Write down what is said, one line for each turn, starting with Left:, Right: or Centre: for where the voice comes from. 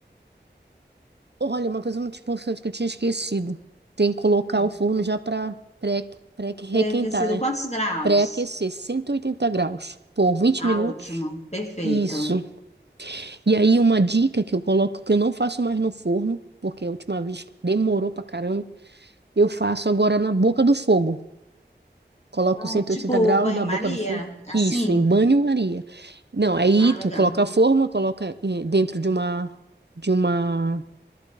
Right: Olha, uma coisa muito importante que eu tinha esquecido. Tem que colocar
Left: Sim.
Right: o forno já para pré, pré-requentar,
Left: Ter aquecido
Right: né?
Left: quantos graus?
Right: Pré-aquecer, 180 graus por vinte
Left: Ah,
Right: minutos.
Left: ótimo. Perfeito.
Right: Isso. E aí uma dica que eu coloco, que eu não faço mais no forno, porque a última vez demorou pra caramba, eu faço agora na boca do fogo. Coloca
Left: Ah,
Right: os 180
Left: tipo
Right: graus
Left: banho-maria?
Right: na boca do fogo.
Left: Assim?
Right: Isso, em banho-maria. Não, aí
Left: Ah,
Right: tu
Left: legal.
Right: coloca a forma, coloca eh, dentro de uma de uma